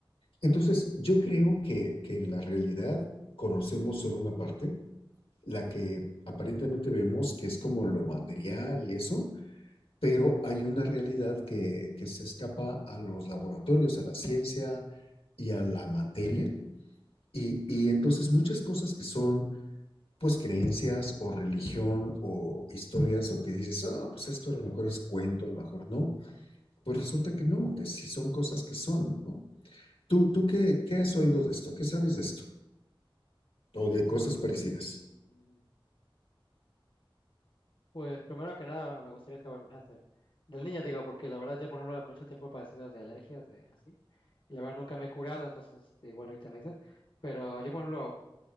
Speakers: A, on the left; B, on the left.
A: Entonces, yo creo que, que en la realidad conocemos solo una parte la que aparentemente vemos que es como lo material y eso, pero hay una realidad que, que se escapa a los laboratorios, a la ciencia y a la materia. Y, y entonces muchas cosas que son pues creencias o religión o historias o que dices, ah, oh, pues esto a lo mejor es cuento, a lo mejor no, pues resulta que no, que sí son cosas que son, ¿no? ¿Tú, tú qué, qué has oído de esto? ¿Qué sabes de esto? O de cosas parecidas.
B: Mm. Pues primero que nada me gustaría saber más del, del niño, digo, porque la verdad ya por ejemplo mucho tiempo he padecido de alergias, de así, y la verdad nunca me he curado, entonces este, igual ahorita me dices, pero yo por ejemplo